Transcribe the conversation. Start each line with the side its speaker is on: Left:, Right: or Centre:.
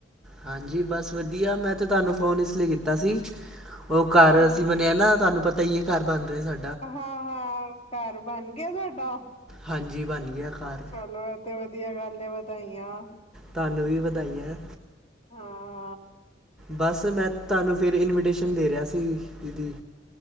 Centre: ਹਾਂਜੀ ਬਸ ਵਧੀਆ ਮੈਂ ਤਾਂ ਤੁਹਾਨੂੰ ਫ਼ੋਨ ਏਸ ਲੀ ਕੀਤਾ ਸੀ ਓ ਘਰ
Left: ਹਾਂ,
Centre: ਅਸੀਂ ਵਨੇਆ ਨਾ ਤੁਆਨੂੰ ਪਤਾ ਈ ਐ ਘਰ ਬਣ ਰਏ ਸਾ
Left: ਹਾਂ-ਹਾਂ ਘਰ ਬਣ ਗਿਆ ਤੁਡਾ,
Centre: ਹਾਂਜੀ ਬਣ ਗਿਆ ਘਰ
Left: ਚਲੋ ਅ ਤੇ ਵਧੀਆ ਗੱਲ ਐ ਵਧਾਈਆਂ
Centre: ਧਾਨੂੰ ਵੀ ਵਧਾਈਆਂ
Left: ਹਾਂ
Centre: ਬਸ ਮੈਂ ਧਾਨੂੰ ਫੇਰ ਇਨਵੀਟੇਸ਼ਨ ਦੇ ਰਿਹਾ ਸੀ ਦੀਦੀ